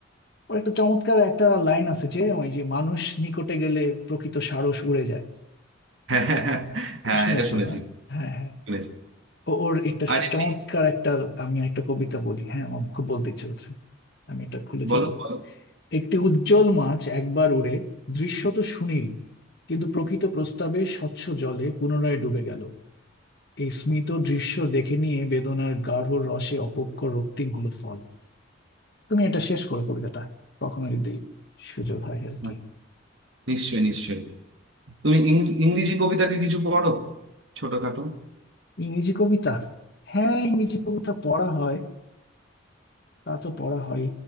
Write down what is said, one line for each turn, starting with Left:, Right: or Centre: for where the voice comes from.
Left: ও একটা চমৎকার একটা লাইন আছে যে ওই যে মানুষ নিকটে গেলে প্রকৃত সারস উড়ে যায়
Right: হ্যাঁ হ্যাঁ হ্যাঁ হ্যাঁ,
Left: শুনেছো
Right: এটা শুনেছি
Left: না হ্যাঁ হ্যাঁ
Right: শুনেছি
Left: ও- ওর একটা
Right: আর এমনি
Left: চমৎকার একটা আমি একটা কবিতা বলি হ্যাঁ আমার খুব বলতে ইচ্ছে করছে আমি এটা খুলেছি
Right: বলো
Left: তো
Right: বলো
Left: একটি উজ্জ্বল মাছ একবার উড়ে দৃশ্যত সুনীল কিন্তু প্রকৃত প্রস্তাবে স্বচ্ছ জলে পুনরায় ডুবে গেল এই স্মিত দৃশ্য দেখে নিয়ে বেদনার গাঢ় রসে অপক্ষ রক্তিম হলো ফল তুমি এটা শেষ করো কবিতাটা কখনো যদি সুযোগ হয় আর
Right: হ্যাঁ,
Left: কি
Right: নিশ্চয়ই নিশ্চয়ই তুমি ইং- ইংরেজি কবিতাকে কিছু পড়ো ছোটখাটো
Left: ইংরেজি কবিতা হ্যাঁ ইংরেজি কবিতা পড়া হয় তা তো পড়া হয়